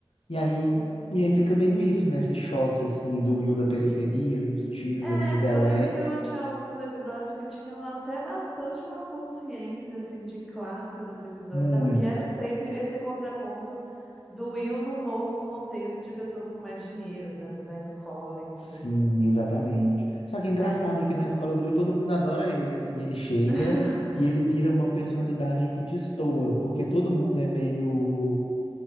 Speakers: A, on the left (about 85°); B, in the centre.
A: E aí, e aí fica meio isso, né? Esse choque, assim, do Will da periferia e os tios
B: É,
A: ali de Belé
B: eu lembro que eu tinha alguns episódios que tinham até bastante uma consciência, assim, de classe nos episódios,
A: Muito.
B: sabe? Que era sempre esse contraponto do Will num novo contexto de pessoas com mais dinheiro, assim, as- na escola e tudo.
A: Sim, exatamente. Só que é engraçado
B: Ah, isso aí.
A: que na escola do Will todo mundo adora ele, assim, ele chega
B: <laughs>
A: e ele vira uma personalidade que destoa, porque todo mundo é meio,